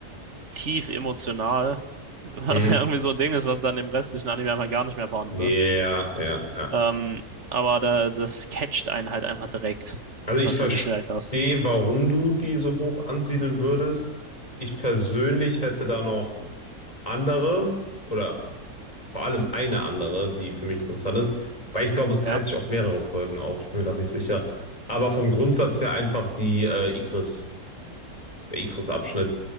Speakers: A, on the right; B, on the left.
A: tief emotional, <laughs> was
B: Hm.
A: ja irgendwie so ein Ding ist, was dann im restlichen Anime einfach gar nicht mehr vorhanden
B: Ja,
A: ist.
B: ja, ja.
A: Ähm, aber da, das catcht einen halt einfach direkt.
B: Also ich
A: Und das
B: verstehe,
A: finde ich sehr krass.
B: warum du die so hoch ansiedeln würdest. Ich persönlich hätte da noch andere oder vor allem eine andere, die für mich interessant ist, weil ich glaube, es teilt
A: Ja.
B: sich auf mehrere Folgen auf. Ich bin mir gerade nicht sicher. Aber vom Grundsatz her einfach die äh, Ikris, der Ikris-Abschnitt.